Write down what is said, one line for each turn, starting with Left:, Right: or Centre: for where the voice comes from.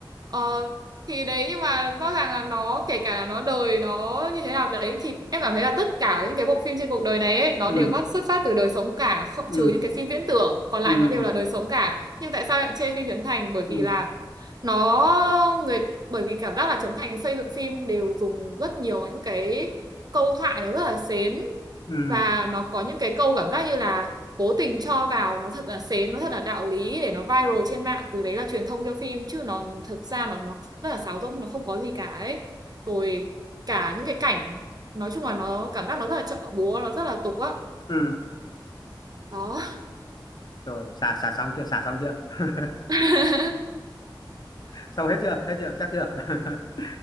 Right: Ờ, thì đấy nhưng mà rõ ràng là nó kể cả là nó đời nó như thế nào đấy thì em cảm thấy là tất cả những cái bộ phim trên cuộc đời này ấy nó
Left: ừ
Right: đều bắt xuất phát từ đời sống cả không,
Left: ừ
Right: trừ những cái phim viễn tưởng còn lại
Left: ừ
Right: nó đều là đời sống cả nhưng tại sao lại chê phim Trấn Thành bởi
Left: ừ
Right: vì là nó người bởi vì cảm giác là Trấn Thành xây dựng phim đều dùng rất nhiều những cái câu thoại nó rất là xến
Left: ừ
Right: và nó có những cái câu cảm giác như là cố tình cho vào nó thật là sến nó thật là đạo lý để nó viral trên mạng từ đấy là truyền thông cho phim chứ nó thực ra nó nó rất là sáo rỗng nó không có gì cả ấy rồi cả những cái cảnh nói chung là nó cảm giác nó rất là chợ búa nó rất là tục á
Left: ừ
Right: đó
Left: rồi xả xả xong chưa xả xong chưa <laughs>
Right: <laughs>
Left: xong hết chưa hết chưa chắc chưa <laughs>